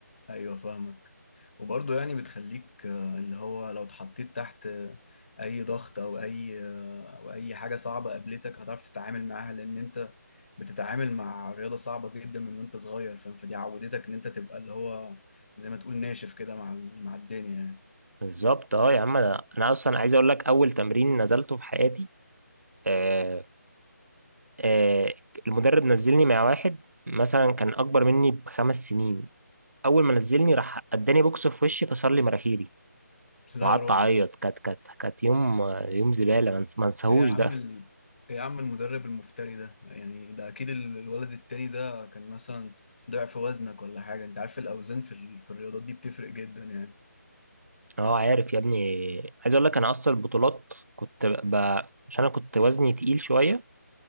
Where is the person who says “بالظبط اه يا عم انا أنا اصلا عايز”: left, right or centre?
Right